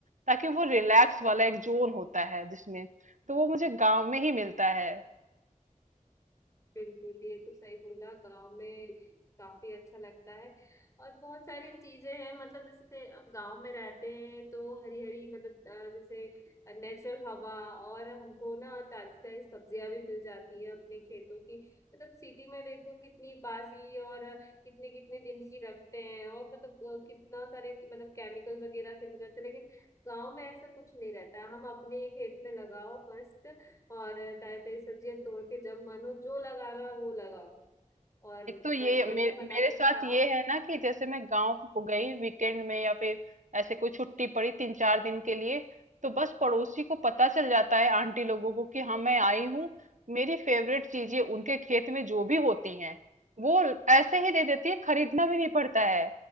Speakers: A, on the right (about 65°); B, on the left (about 25°).
A: ताकि वो रिलैक्स वाला एक जोन होता है जिसमें तो वो मुझे गांव में ही मिलता है
B: बिल्कुल ये तो सही बोला गांव में काफी अच्छा लगता है और बहुत सारी चीजें हैं मतलब जैसे अब गांव में रहते हैं तो हरी हरी मतलब अ, जैसे नेचुरल हवा और हमको ना ताजी ताजी सब्जियां भी मिल जाती हैं अपने खेतों की मतलब सिटी में देखो कितनी बासी और कितने कितने दिन की रखते हैं और मतलब अ, कितना सारे मतलब केमिकल वगैरह से भी करते हैं लेकिन गांव में ऐसा कुछ नहीं रहता है हम अपने खेत में लगाओ मस्त और ताजे ताजे सब्जियां तोड़ के जब मन हो जो लगाना हो, वो लगाओ और
A: एक
B: ब-
A: तो ये मे,
B: बढ़िया
A: मेरे
B: बना के
A: साथ
B: खाओ
A: ये है ना कि जैसे मैं गांव गई वीकेंड में या फिर ऐसे कोई छुट्टी पड़ी तीन चार दिन के लिए तो बस पड़ोसी को पता चल जाता है आंटी लोगों को कि हाँ मैं आई हूँ मेरी फेवरेट चीजें उनके खेत में जो भी होती हैं वो ऐसे ही दे देती है खरीदना भी नहीं पड़ता है